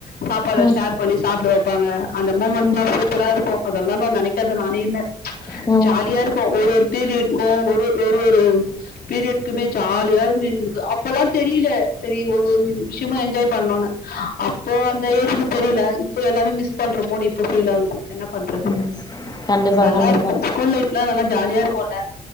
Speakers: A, on the left; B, on the left.
A: சாப்பாட
B: ம்
A: ஷேர் பண்ணி சாப்ட வைப்பாங்க அந்த மொமெண்ட்ல்லா
B: ம்
A: சூப்பரா இருக்கு அதெல்லா நா நெனைக்காத நாளே இல்ல
B: ம்
A: ஜாலியா இருக்கு ஒரு பீரியடுக்கும் ஒரு ஒரு ஒரு ஒரு ஒரு பீரியட்குமே ஜாலியா இருக்கும் எங்களுக்கு அப்பல்லாம் தெரியல சேரி ஒரு விஷயமும் என்ஜாய் பண்ணணூனு ஆஹ் அப்போ அந்த ஏஜ்க்கு தெரியலாகி இப்ப எல்லாமே மிஸ் பண்றமோ இப்ப ஃபீல் ஆகுது என்ன பண்றது
B: ம் கண்டிப்பா
A: நல்லா
B: கண்டிப்பா
A: இருக்கும் ஸ்கூல் லைப் நல்ல ஜா ஜாலியா இருப்போல